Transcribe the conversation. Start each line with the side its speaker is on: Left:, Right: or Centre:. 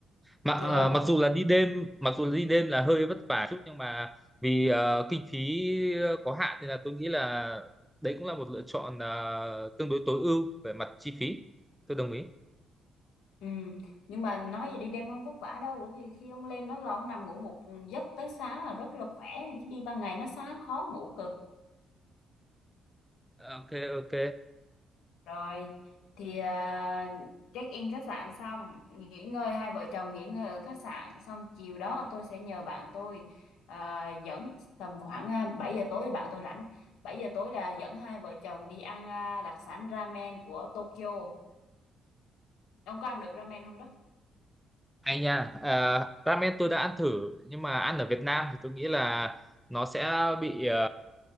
Centre: mà ờ,
Left: được không
Centre: mặc dù là đi đêm mặc dù là đi đêm là hơi vất vả chút nhưng mà vì ờ, kinh phí có hạn nên là tôi nghĩ là đấy cũng là một lựa chọn ờ, tương đối tối ưu về mặt chi phí tôi đồng ý
Left: ừ. nhưng mà nói vậy đi đêm không vất vả đâu bởi vì khi ông lên đó là ông nằm ngủ một giấc tới sáng là rất là khỏe chứ đi ban ngày nó sáng khó ngủ cực
Centre: ok ok
Left: Rồi, thì à, check-in khách sạn xong, nghỉ ngơi, hai vợ chồng nghỉ ngơi ở khách sạn xong chiều đó tôi sẽ nhờ bạn tôi à, dẫn tầm khoảng à, 7 giờ tối bạn tôi rảnh. bảy giờ tối là dẫn hai vợ chồng đi ăn à, đặc sản ramen của Tokyo. Ông có ăn được ramen không đó?
Centre: Hay nha, à, ramen tôi đã ăn thử nhưng mà ăn ở Việt Nam thì tôi nghĩ là nó sẽ bị ờ,